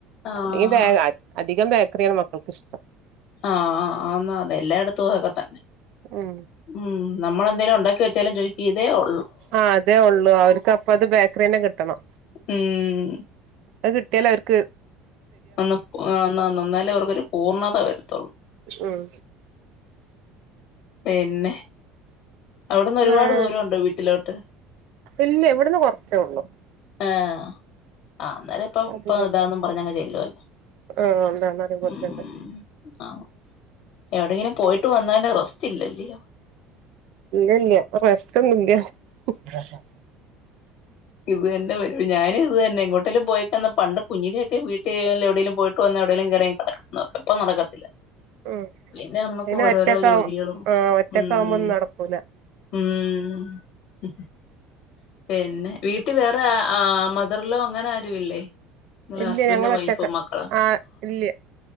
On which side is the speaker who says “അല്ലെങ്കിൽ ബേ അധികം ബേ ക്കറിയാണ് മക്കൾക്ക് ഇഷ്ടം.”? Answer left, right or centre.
Right